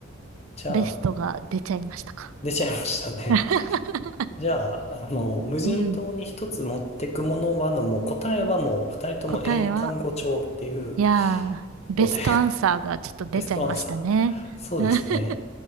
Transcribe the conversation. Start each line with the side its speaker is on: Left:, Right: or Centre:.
Left: じゃあ、
Right: ベストが出ちゃいましたか。
Left: 出ちゃいましたね。
Right: <laughs>
Left: じゃあ、あの、無人島に一つ持ってくものはの、
Right: うん、
Left: もう答えはもう二人とも英単語帳っていう
Right: 答えは、いやー、
Left: ことで
Right: ベストアンサーがちょっと出ちゃいましたね。
Left: ベストアンサー。そうですね。
Right: <laughs>